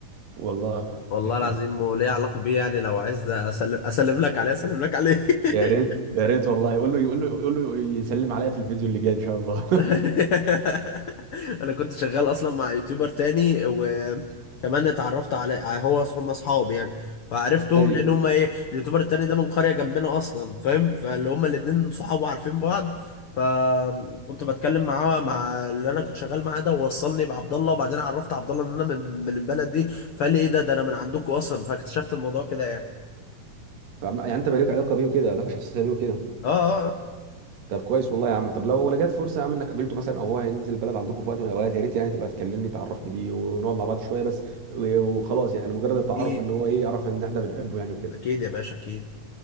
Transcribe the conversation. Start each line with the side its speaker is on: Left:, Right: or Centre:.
Right: والله
Left: والله
Right: <laughs>
Left: العظيم وليه علاقه بيه يعني لو عايز اسلم اسلم لك عليه اسلم لك عليه <laughs>
Right: يا ريت يا ريت والله يقول له يقول له يقول له يسلم عليا في الفيديو اللي جاي ان شاء الله
Left: <laughs> انا كنت شغال اصلا مع يوتيوبر تاني وكمان اتعرفت على هو أص- هم اصحاب يعني فعرفتهم
Right: <laughs> ايوه
Left: لان هم ايه اليوتيوبر التاني ده من قرية جنبنا اصلا فاهم فاللي هم الاتنين صحاب وعارفين بعض فكنت بتكلم معاه مع اللي انا كنت شغال معاه ده ووصلني بعبد الله وبعدين عرفت عبد الله ان انا من من البلد دي فقال لي ايه ده ده انا من عندكم اصلا فاكتشفت الموضوع كده يعني
Right: فعم- يعني انت بقى لك علاقه بيه وكده علاقه شخصيه بيه وكده
Left: اه اه آه.
Right: طب كويس والله يا عم طب لو لو جت فرصه يا عم انك قابلته مثلا او هو هينزل البلد عندكم في وقت من الاوقات يا ريت يعني تبقى تكلمني تعرفني بيه ونقعد مع بعض شويه بس و- وخلاص يعني مجرد التعرف
Left: اكيد
Right: ان هو ايه يعرف ان احنا بنحبه يعني وكده
Left: اكيد يا باشا اكيد